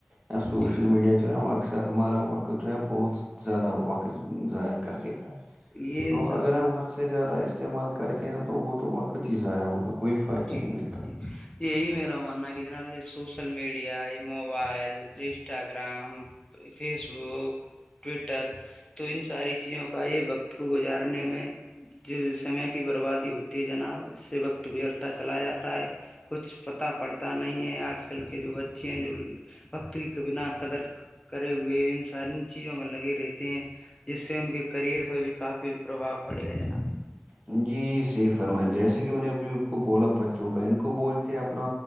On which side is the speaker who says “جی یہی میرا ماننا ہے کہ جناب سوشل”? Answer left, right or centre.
Left